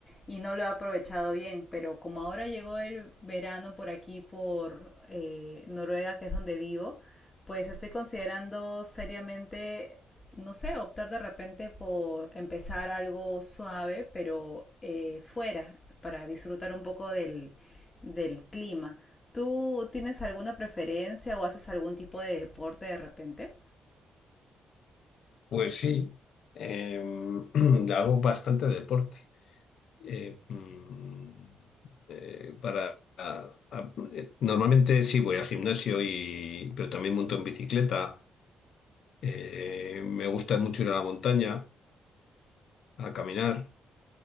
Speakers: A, on the left (about 20°); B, on the left (about 65°).
A: y no lo he aprovechado bien, pero como ahora llegó el verano por aquí, por eh, Noruega, que es donde vivo, pues estoy considerando seriamente, no sé, optar de repente por empezar algo suave, pero eh, fuera, para disfrutar un poco del, del clima. ¿Tú tienes alguna preferencia o haces algún tipo de deporte de repente?
B: Pues sí, em, <clears throat> hago bastante deporte. Eh, mm, eh, para, a- a- eh, normalmente sí voy al gimnasio y, pero también monto en bicicleta. Eh, me gusta mucho ir a la montaña a caminar.